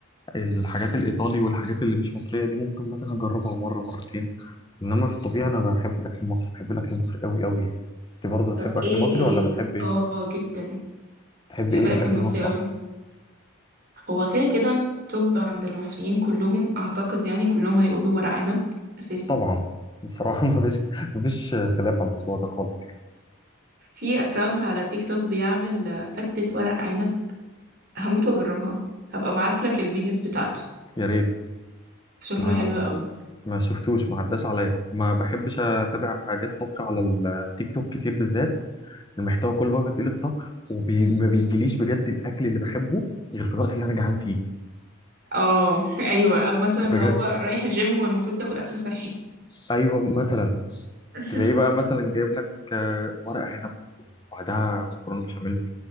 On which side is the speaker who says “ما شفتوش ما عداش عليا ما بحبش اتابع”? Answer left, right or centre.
Left